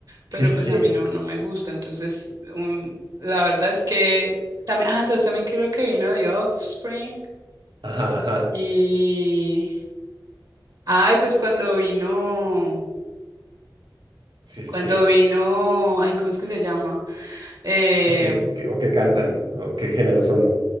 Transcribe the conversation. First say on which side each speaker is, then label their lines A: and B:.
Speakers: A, on the right; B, on the right.
A: pero
B: Sí, sí,
A: pues
B: sí.
A: a mí no, no me gusta, entonces um, la verdad es que también, ah, sabes, también creo que vino The Offspring
B: Ajá, ajá.
A: y... Ay, pues cuando vino.
B: Sí,
A: Cuando
B: sí, sí.
A: vino, ay, ¿cómo es que se llama? Eh,
B: ¿O qué, qué- o qué cantan? ¿O qué género son?